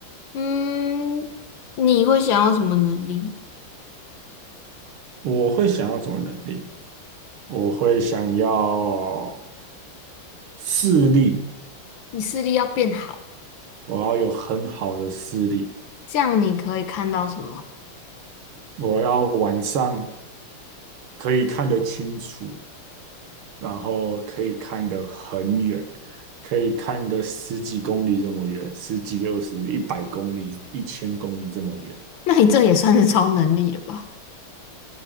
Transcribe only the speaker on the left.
嗯，你会想要什么能力？
你视力要变好
这样你可以看到什么？
那你这也算是超能力了吧？